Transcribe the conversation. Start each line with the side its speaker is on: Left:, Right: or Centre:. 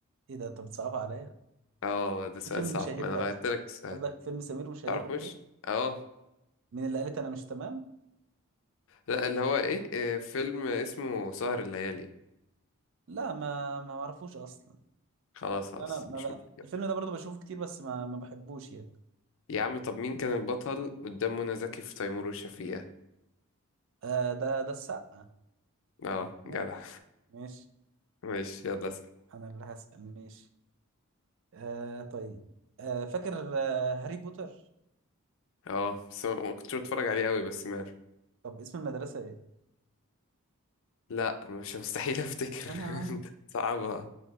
Right: ايه ده انت بتصعبها عليا
Left: اه ده سؤال
Right: ايه فيلم
Left: صعب
Right: شهير
Left: ما انا
Right: ده
Left: غيرت
Right: اصلا
Left: لك السؤال
Right: قصدك فيلم سمير وشهير
Left: تعرفوش
Right: وبهير
Left: اه
Right: مين اللي قالت انا مش تمام
Left: لا اللي هو ايه آه، فيلم اسمه سهر الليالي
Right: لا ما ما معرفوش اصلا
Left: خلاص خلاص
Right: انا ما
Left: مش
Right: بقى...
Left: مشكلة
Right: الفيلم ده برضه بشوفه كتير بس ما ما بحبوش يعني
Left: يا عم طب مين كان البطل قدام منى زكي في تيمور وشفيقة
Right: آه ده ده السقا
Left: اه
Right: كان مو
Left: جدع
Right: ماشي
Left: <laughs> ماشي يلا اسأل
Right: انا اللي هسأل ماشي آه طيب آه فاكر آه هاري بوتر
Left: اه بس ما ما كنتش بتفرج عليه قوي بس ماله
Right: طب اسم المدرسة ايه؟
Left: لا مش مستحيل افتكر
Right: آه.
Left: <laughs> صعبة